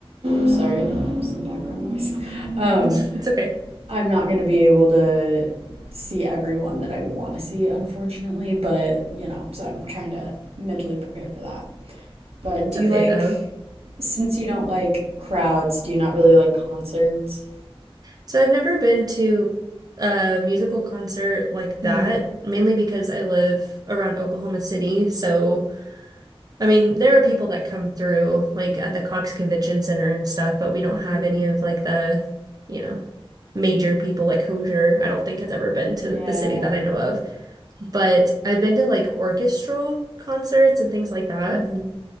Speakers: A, on the right (about 80°); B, on the right (about 40°).
A: sorry, some background noise. Um,
B: It's okay.
A: I'm not going to be able to see everyone that I want to see unfortunately, but you know, so I'm trying to mentally prepare for that. But
B: I mean, it's
A: do
B: okay
A: you like,
B: though.
A: since you don't like crowds, do you not really like concerts?
B: So I've never been to a musical concert like
A: hmm
B: that, mainly because I live around Oklahoma City. So, I mean, there are people that come through like at the Cox Convention Center and stuff, but we don't
A: hmm
B: have any of like the, you know, major people like Hozier, I don't think has ever been to
A: Yeah.
B: the city that I know of. But I've been to like orchestral concerts and things like that.
A: hmm